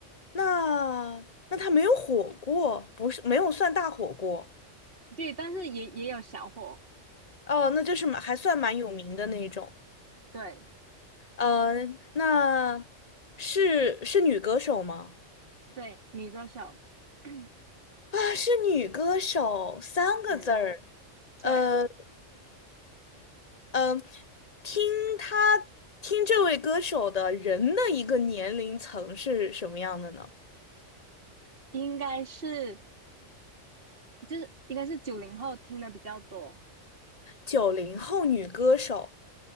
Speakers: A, on the left; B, on the right.
A: 那那他没有火过，不是没有算大火过。
B: 对，但是也也有小火，
A: 哦，那就是蛮还算蛮有名的那种。
B: 对
A: 呃，那是是女歌手吗？
B: 对，女歌手，<coughs> <clears throat>
A: 啊，是女歌手，三个字儿。
B: 嗯，对。
A: 呃嗯、呃，听她听这位歌手的人的一个年龄层是什么样的呢？
B: 应该是就是应该是九零后听的比较多，
A: 九零后女歌手，